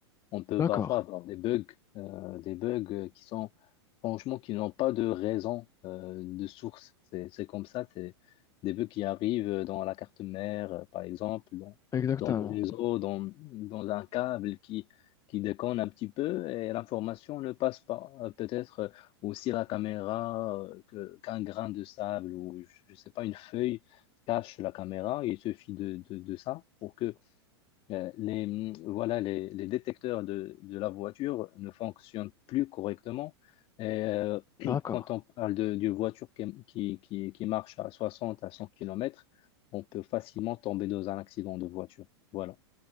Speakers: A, on the left (about 40°); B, on the left (about 25°).
A: on peut
B: d'accord,
A: parfois avoir des bugs, euh, des bugs euh, qui sont franchement qui n'ont pas de raison euh, de source. C'est, c'est comme ça, c'est des bugs qui arrivent dans la carte mère, euh, par exemple, dans,
B: exactement.
A: dans le réseau, dans, dans un câble qui, qui déconne un petit peu et l'information ne passe pas. Euh, Peut-être euh, aussi la caméra, euh, que, qu'un grain de sable ou je ne sais pas, une feuille cache la caméra. Il suffit de, de, de ça pour que euh, les, mm, voilà, les, les détecteurs de, de la voiture ne fonctionnent plus correctement. Et, euh, <clears throat>
B: D'accord,
A: quand on parle de- d'une voiture qui, qui, qui- qui marche à 60 à 100 kilomètres on peut facilement tomber dans un accident de voiture. Voilà.